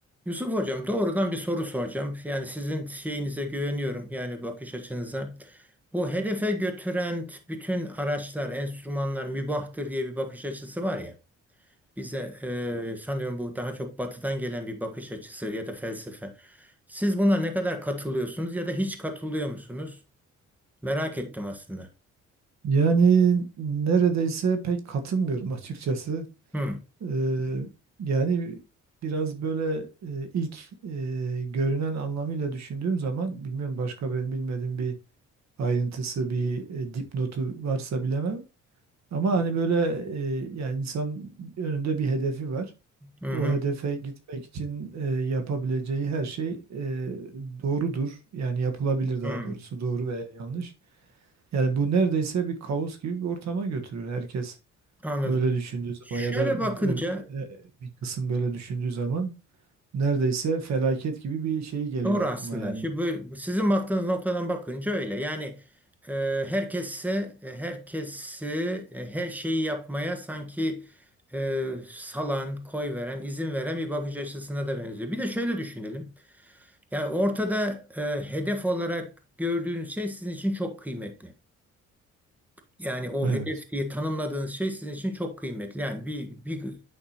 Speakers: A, in the centre; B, on the right.
A: Yusuf Hocam doğrudan bir soru soracağım. Yani sizin şeyinize güveniyorum yani bakış açınıza. Bu hedefe götüren t- bütün araçlar, enstrümanlar mübahtır diye bir bakış açısı var ya. Bize e, sanıyorum bu daha çok batıdan gelen bir bakış açısı ya da felsefe. Siz buna ne kadar katılıyorsunuz ya da hiç katılıyor musunuz? Merak ettim aslında.
B: Yani neredeyse pek katılmıyorum açıkçası.
A: Hı,
B: Eee, yani biraz böyle e, ilk e, görünen anlamıyla düşündüğüm zaman bilmiyorum başka benim bilmediğim bir ayrıntısı bir e, dipnotu varsa bilemem. Ama hani böyle e, yani insan önünde bir hedefi var.
A: hı, hı,
B: O hedefe gitmek için e, yapabileceği her şey e, doğrudur. Yani yapılabilir daha
A: hı.
B: doğrusu doğru veya yanlış. Yani bu neredeyse bir kaos gibi bir ortama götürür. Herkes
A: Anladım.
B: böyle düşündüğü zaman
A: Şöyle
B: ya da
A: bakınca
B: ö- e, bir kısım böyle düşündüğü zaman neredeyse felaket gibi bir şey geliyor
A: Doğru aslında.
B: aklıma yani.
A: Şimdi bu- sizin baktığınız noktadan bakınca öyle. Yani e, herkesi herkesi e, her şeyi yapmaya sanki e, salan, koy veren, izin veren bir bakış açısına da benziyor. Bir de şöyle düşünelim. Yani ortada e, hedef olarak gördüğünüz şey sizin için çok kıymetli. Yani o
B: Evet.
A: hedef diye tanımladığınız şey sizin için çok kıymetli. Yani bir, bir